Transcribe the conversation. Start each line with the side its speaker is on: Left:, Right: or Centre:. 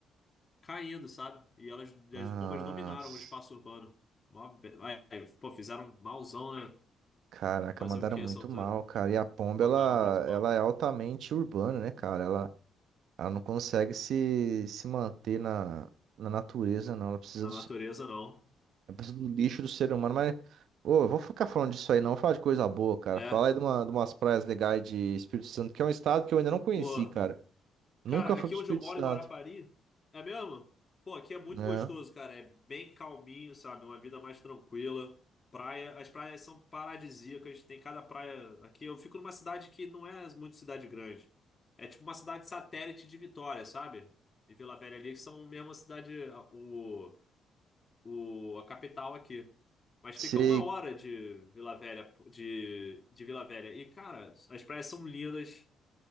Left: caindo, sabe? E elas, as
Right: Mas,
Left: pombas dominaram o espaço urbano. Mó be- ai, Pô, fizeram malzão, né?
Right: caraca,
Left: Fazer
Right: mandaram
Left: o que
Right: muito
Left: essa altura?
Right: mal, cara. E a pomba,
Left: Mandaram
Right: ela,
Left: muito mal.
Right: ela é altamente urbana, né, cara? Ela, ela não consegue se, se manter na, na natureza, não. Ela precisa
Left: Na
Right: do,
Left: natureza,
Right: ser-
Left: não.
Right: ela precisa do lixo do ser humano. Mas, ô, eu vou ficar falando disso aí, não. Vou falar de coisa boa, cara.
Left: É.
Right: Fala
Left: É.
Right: aí de, uma, de umas praias legais de Espírito Santo, que é um estado que eu ainda não conheci,
Left: Pô.
Right: cara. Nunca
Left: Cara,
Right: fui
Left: aqui
Right: pro
Left: onde
Right: Espírito
Left: eu moro,
Right: Santo,
Left: em Guarapari, é mesmo? Pô, aqui é muito
Right: né?
Left: gostoso, cara. É bem calminho, sabe? É Uma vida mais tranquila. Praia, as praias são paradisíacas. Tem cada praia. Aqui eu fico numa cidade que não é muito cidade grande. É tipo uma cidade satélite de Vitória, sabe? E Vila Velha ali, que são mesmo a cidade, a- o, o, a capital aqui. Mas
Right: Se
Left: fica uma hora de Vila Velha, de, de Vila Velha. E, cara, as praias são lindas.